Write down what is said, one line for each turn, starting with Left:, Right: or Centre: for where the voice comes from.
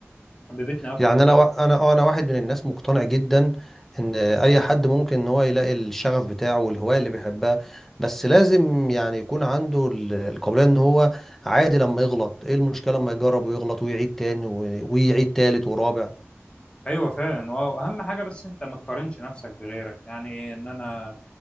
Left: حببتني اكتر
Centre: يعني انا وا- انا آه، انا واحد من الناس مقتنع جدا ان اي حد ممكن ان هو يلاقي الشغف بتاعه والهوايه اللي بيحبها بس لازم يعني يكون عنده ال- القابليه ان هو عادي لما يغلط ايه المشكله لما يجرب ويغلط ويعيد تاني و- ويعيد تالت ورابع
Left: ايوه فعلا واهم حاجة بس انت ما تقارنش نفسك بغيرك يعني ايه ان انا